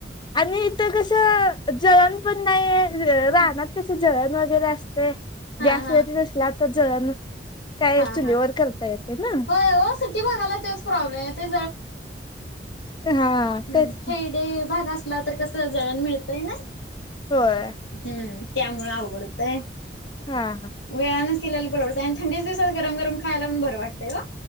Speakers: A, on the left; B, on the left.
A: आणि इथ कस जळण पण नाहीय.
B: हा
A: रानात तिथ जळण वगैरे असते.
B: हा
A: गॅस
B: हा
A: जरी नसला तर जळण काय
B: हा
A: चुलीवर
B: हा
A: करता येत ना.
B: होय हो सिटी भागाला तेच प्रॉब्लेम आहे ते
A: हा.
B: हम.
A: तेच
B: खेडे
A: ना.
B: भाग असला तर कस जळण मिळतय ना.
A: होय.
B: हम्म, त्यामुळं अवघडतंय.
A: हा हा.
B: वेळानंच केल्याल परवडतंय आणि थंडीच्या दिवसात गरम गरम खायलां प बरं वाटतंय ओ.